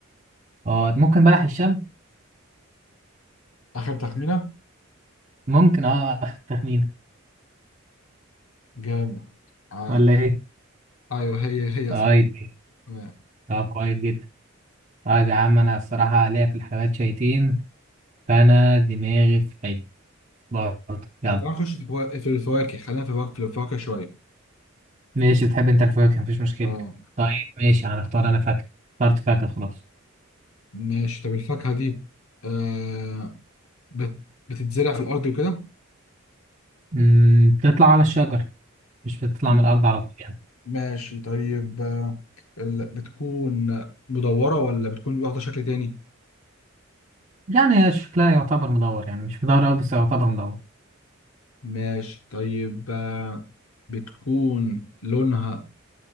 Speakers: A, on the right; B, on the left.
A: اه ممكن بلح الشام
B: آخر تخمينة
A: ممكن اه آخر تخمينة
B: جامد آه.
A: ولا إيه
B: أيوه هي هي
A: طيب
B: صح تمام
A: طب كويس جدا طيب يا عم انا الصراحة ليا في الحلويات شويتين فانا دماغي في حلو برضه يلا
B: طب تعالى نخش في الفوا- في الفواكه خلينا في الفواكه في الفواكه شوية
A: ماشي بتحب انت الفواكه مفيش مشكلة
B: اه
A: طيب ماشي هنختار انا فاكهة اخترت فاكهة خلاص
B: ماشي طب الفاكهة دي آه بت... بتتزرع في الأرض وكده
A: امم بتطلع على الشجر مش بتطلع
B: م-
A: من الارض على طول يعني
B: ماشي طيب آه ال... بتكون مدورة ولا بتكون واخدة شكل تاني
A: يعني هي شكلها يعتبر مدور يعني مش مدور أوي بس يعتبر مدور
B: ماشي طيب آه بتكون لونها